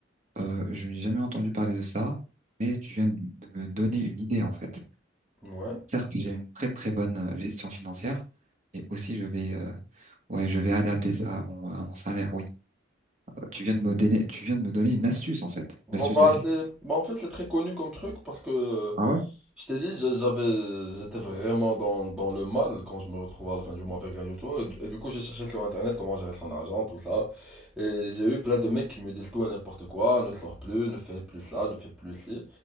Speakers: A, on the right; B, in the centre.
A: Euh, je n'ai jamais entendu parler de ça, mais tu viens de de me donner une idée, en fait.
B: Ouais.
A: Certes, j'ai une très très bonne euh, gestion financière, mais aussi je vais, euh, ouais, je vais adapter ça à mon, à mon salaire. Oui. Tu viens de me donner, tu viens de me donner une astuce, en fait.
B: Bon,
A: Une astuce
B: bah,
A: de vie.
B: c'est... bah, en fait, c'est très connu comme truc parce que, euh,
A: Ah ouais?
B: je t'ai dit, j'a- j'avais, j'étais vraiment dans, dans le mal quand je me retrouvais à la fin du mois avec rien du tout. Et, du et du coup, j'ai cherché sur Internet comment gérer son argent, tout ça. Et j'ai eu plein de mecs qui me disent tout et n'importe quoi, ne sors plus, ne fais plus ça, ne fais plus ci.